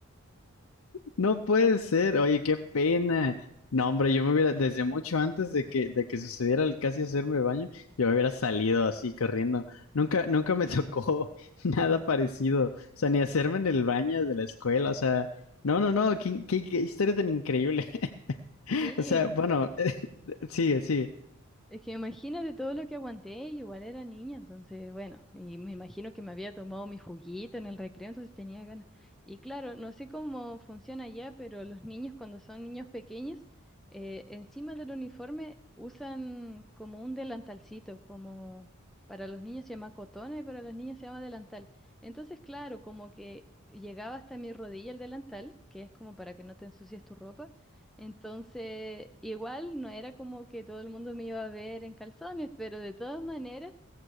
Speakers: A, on the left; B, in the centre.
A: No puede ser. Oye, qué pena. No, hombre, yo me hubiera, desde mucho antes de que, de que sucediera el casi hacerme baño, yo me hubiera salido así corriendo. Nunca, nunca me tocó <laughs> nada parecido. O sea, ni hacerme en el baño de la escuela. O sea, no, no, no. Qué, qué- qué historia tan increíble. <laughs>
B: Sí,
A: O sea, bueno, <laughs> sigue, sigue.
B: Es que imagínate todo lo que aguanté, y igual era niña, entonces, bueno, y me imagino que me había tomado mi juguito en el recreo, entonces tenía ganas. Y claro, no sé cómo funciona allá, pero los niños cuando son niños pequeños, eh, encima del uniforme usan como un delantalcito, como para los niños se llama cotona y para las niñas se llama delantal. Entonces, claro, como que llegaba hasta mi rodilla el delantal, que es como para que no te ensucies tu ropa entonces, igual no era como que todo el mundo me iba a ver en calzones, pero de todas maneras,